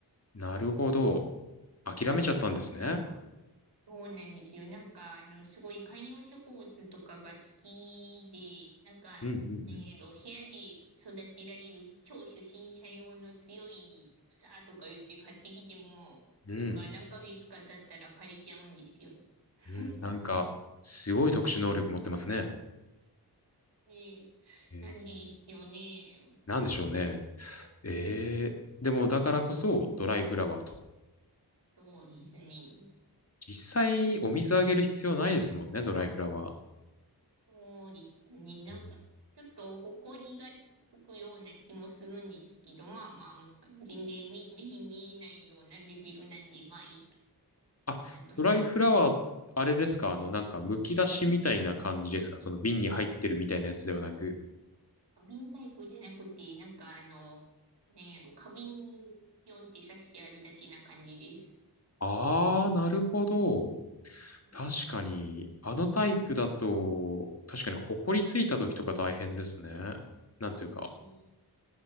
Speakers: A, on the left; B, on the right.
A: なるほど。諦めちゃったんですね。
B: あーそうなんですよね。なんか、あの、すごい観葉植物とかが好きで、なんか、
A: うん、
B: なんやろ、
A: うん、
B: 部屋で育てられる超初心者用の強い草とか言って買ってきても、
A: うん。
B: なんか何ヶ月か経ったら枯れちゃうんですよね。<laughs>
A: うん、うん。なんか、すごい特殊能力持ってますね。
B: ねえ、
A: えー、
B: なんでしょうね。
A: なんでしょうね。えー、でもだからこそドライフラワーと。
B: そうですね。
A: 実際お水あげる必要ないですもんね、ドライフラワー。
B: そうですね。なんか、
A: うん
B: ちょっと埃がつくような気もするんですけど、まあまあまあ、全然目、目に見えないようなレベルなんで、まあい
A: あドライフラワー、
B: いかって楽しんでます。
A: あれですかあの、なんか、剥き出しみたいな感じですかその瓶に入ってるみたいなやつではなく。
B: はい。瓶タイプじゃなくて、なんかあの、なんやろ、花瓶にピョンって刺してあるだけな感じです。
A: あー、なるほど。
B: うん。
A: 確かに、あのタイプだと、確かに、ほこりついた時とか大変ですね。なんというか、
B: ね